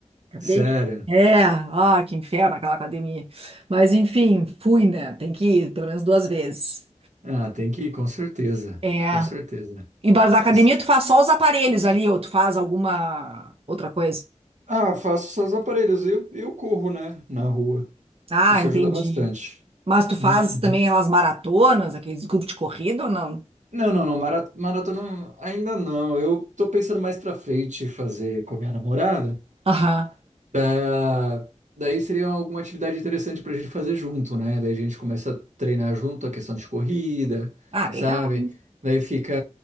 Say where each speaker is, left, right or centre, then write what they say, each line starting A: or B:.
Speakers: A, on the right; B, on the right.
A: Acabei
B: Sério?
A: de... É, ah, que inferno aquela academia. Mas enfim, fui, né? Tem que ir pelo menos duas vezes.
B: Ah, tem que ir, com certeza.
A: É.
B: Com certeza.
A: Embaixo da academia,
B: Isso.
A: tu faz só os aparelhos ali, ou tu faz alguma outra coisa?
B: Ah, faço seus aparelhos. Eu, eu corro, né? Na rua.
A: Ah,
B: Isso
A: entendi.
B: ajuda bastante.
A: Mas tu faz
B: Uhum.
A: também aquelas maratonas, aqueles grupos de corrida ou não?
B: Não, não, não. mara- Maratona ainda não. Eu tô pensando mais pra frente fazer com a minha namorada.
A: Aham.
B: Ah, daí seria alguma atividade interessante pra gente fazer junto, né? Daí a gente começa a treinar junto a questão de corrida,
A: Ah,
B: sabe?
A: legal.
B: Daí fica